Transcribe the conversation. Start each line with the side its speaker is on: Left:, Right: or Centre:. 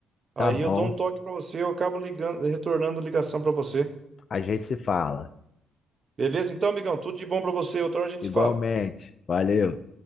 Right: Aí
Left: Tá bom.
Right: eu dou um toque pra você, eu acabo ligando, retornando a ligação pra você.
Left: A gente se fala.
Right: Beleza? Então, amigão, tudo de bom pra você. Outra hora a gente
Left: Igualmente.
Right: se fala.
Left: Valeu.